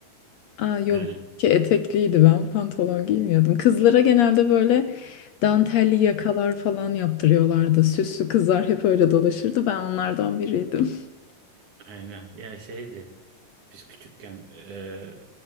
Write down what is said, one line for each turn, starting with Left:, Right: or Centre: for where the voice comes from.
Left: Aa yok
Right: Yani
Left: ki etekliydi ben pantolon giymiyordum. Kızlara genelde böyle dantelli yakalar falan yaptırıyorlardı. Süslü kızlar hep öyle dolaşırdı. Ben onlardan biriydim. <laughs>
Right: aynen ya şeydi. Biz küçükken e,